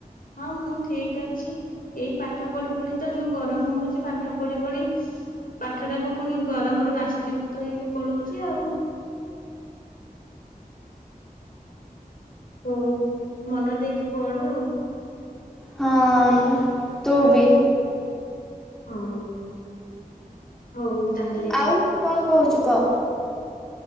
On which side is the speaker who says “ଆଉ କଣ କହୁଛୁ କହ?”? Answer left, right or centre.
Centre